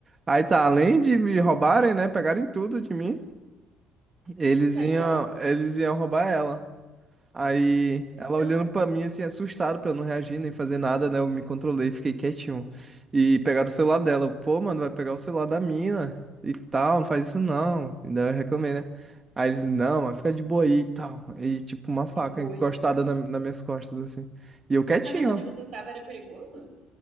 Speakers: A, on the right (about 30°); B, on the right (about 55°).
A: Aí tá, além de me roubarem, né, pegarem tudo de mim, eles
B: Tá
A: iam,
B: aí ela.
A: eles iam roubar ela. Aí
B: Meu
A: ela
B: Deus.
A: olhando pra mim assim, assustada pra eu não reagir nem fazer nada, né? Eu me controlei, fiquei quietinho. E pegaram o celular dela. Eu, Pô, mano, vai pegar o celular da mina e tal, não faz isso não. E daí eu reclamei, né? Aí eles, não, mas fica de boa aí e tal. E tipo, uma faca
B: Fica de boa.
A: encostada
B: aí.
A: na, nas minhas costas, assim. E eu quietinho,
B: Tá, mas onde
A: ó.
B: você estava era perigoso?